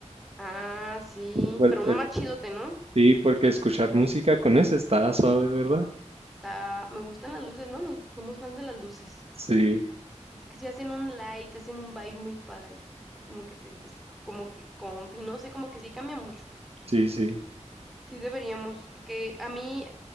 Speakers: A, in the centre; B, on the right.
A: Ah, sí,
B: Bueno,
A: pero uno más chidote, ¿no?
B: Sí, porque escuchar música con ese está suave, ¿verdad?
A: Está, me gustan las luces, ¿no? Nos- somos fans de las luces.
B: Sí,
A: Es que si hacen un light, hacen un vibe muy padre. Como que te sientes como que confi, no sé, como que sí cambia mucho.
B: sí, sí.
A: Sí deberíamos, que a mí,